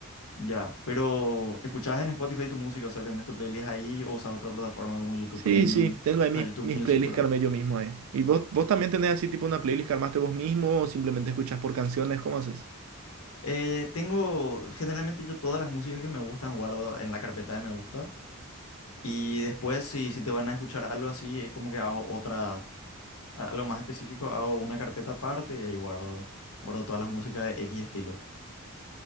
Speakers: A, on the left; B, on the right.
A: ya, pero ¿escuchas en Spotify tu música? O sea, ¿tenés tu playlist ahí o usas otra plataforma como YouTube
B: Sí,
A: Premium?
B: sí, tengo ahí mis,
A: O sea, YouTube
B: mis
A: Music,
B: playlists
A: perdón.
B: que armé yo mismo ahí. ¿Y vos, vos también tenés así tipo una playlist que armaste vos mismo o simplemente escuchas por canciones? ¿Cómo haces?
A: Eh, tengo, generalmente yo todas las músicas que me gustan guardo en la carpeta de me gusta. Y después, si, si te van a escuchar algo así, es como que hago otra. A- Algo más específico, hago una carpeta aparte y ahí guardo, guardo todas las músicas de X estilo.